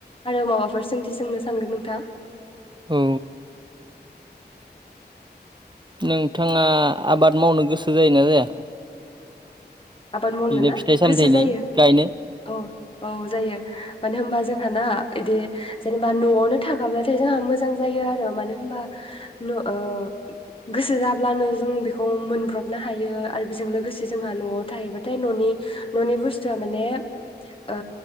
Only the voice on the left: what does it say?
आरो मा बाफोर सोंथि सोंनो सानगोन नोंथाङा
आबाद मावनो
ना
गोसो जायो
औ औ जायो मानो होनबा जोंहा ना इदि जेनेबा न'आवनो थाखाब्लाथाय जोंहा मोजां जायो आरो मानो होनबा न' ओ गोसो जाब्लानो जों बेखौ मोनब्रबनो हायो आरो बेजों लोगोसे जोंहा न'आव थायोबाथाय न'नि न'नि बुस्थुआ माने ओ